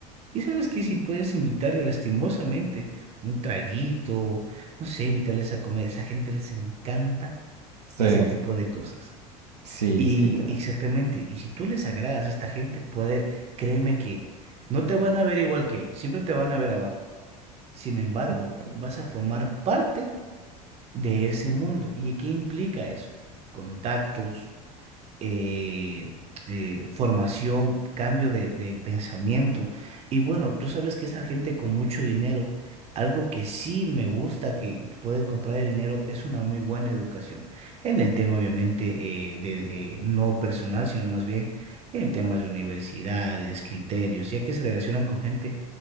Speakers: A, on the right; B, on the right.
A: Y sabes que si puedes invitarle lastimosamente un traguito, no sé, invitarles a comer, esa gente les encanta
B: Sí,
A: ese tipo de cosas.
B: sí,
A: Y
B: sí. te-
A: exactamente, y si tú les agradas a esta gente, puede, créeme que no te van a ver igual que ellos, siempre te van a ver abajo. Sin embargo,
B: ok.
A: vas a formar parte de ese mundo. ¿Y qué implica eso? Contactos eh, eh, formación, cambio de, de pensamiento. Y bueno, tú sabes que esta gente con mucho dinero, algo que sí me gusta que que puede comprar el dinero es una muy buena educación. En el tema, obviamente, eh, de, eh, no personal, sino más bien en temas de universidades, criterios, ya que se relacionan con gente